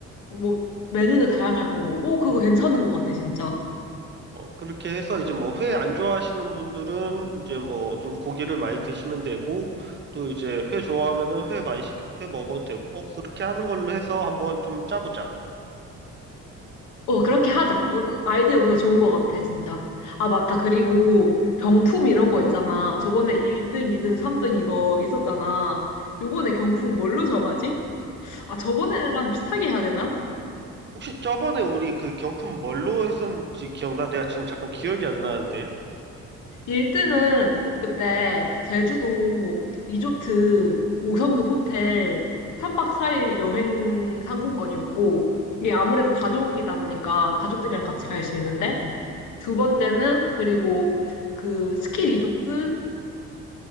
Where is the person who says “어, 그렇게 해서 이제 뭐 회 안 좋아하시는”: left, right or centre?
Right